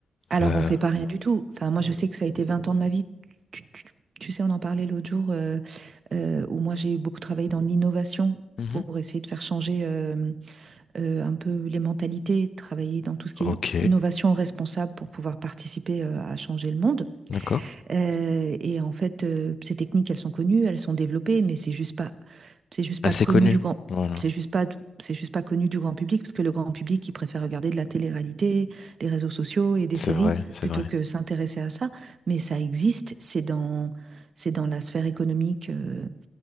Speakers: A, on the right (about 65°); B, on the left (about 65°).
A: Alors
B: Euh,
A: on fait pas rien du tout. Enfin moi je sais que ça a été 20 ans de ma vie. Tu, tu- tu sais, on en parlait l'autre jour euh, euh, où moi j'ai beaucoup travaillé dans l'innovation
B: mhm.
A: pour essayer de faire changer. euh, euh, un peu les mentalités, travailler dans tout ce qui
B: Ok,
A: est innovation responsable pour pouvoir participer euh, à changer le monde.
B: d'accord.
A: Euh, et en fait, euh, ces techniques, elles sont connues, elles sont développées, mais c'est juste pas, c'est juste
B: Assez
A: pas connu
B: connu.
A: du grand,
B: Voilà.
A: c'est juste pas, c'est juste pas connu du grand public parce que le grand public, il préfère regarder de la télé-réalité, les réseaux sociaux et des
B: C'est
A: séries
B: vrai, c'est
A: plutôt
B: vrai.
A: que s'intéresser à ça. Mais ça existe, c'est dans, c'est dans la sphère économique. euh,